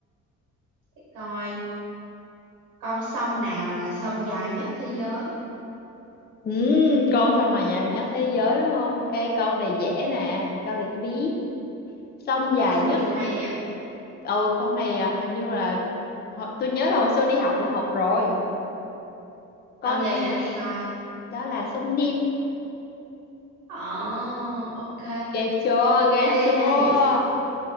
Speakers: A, on the right (about 85°); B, on the left (about 35°).
A: để coi con sông nào là sông dài nhất thế giới?
B: ừ, con sông nào dài nhất thế giới đúng không ê câu này dễ nè câu này tôi biết sông
A: Ủa
B: dài
A: sao
B: nhất
A: mà biết hay vậy?
B: Ờ con này à, hình như là hồi- tôi nhớ là hồi xưa đi học là học rồi. Con
A: Sông gì
B: s-
A: nói nghe coi.
B: đó là sông Nin.
A: Ồ, ok.
B: Ghê chưa, ghê
A: Ê,
B: chưa.
A: ê vậy thôi.